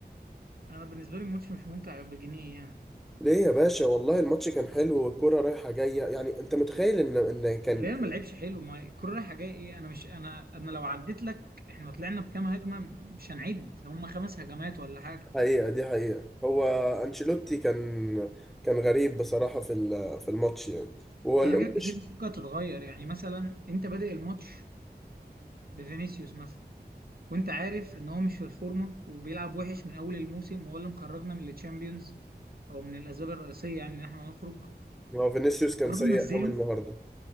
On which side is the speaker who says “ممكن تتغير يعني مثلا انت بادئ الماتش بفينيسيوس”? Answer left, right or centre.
Right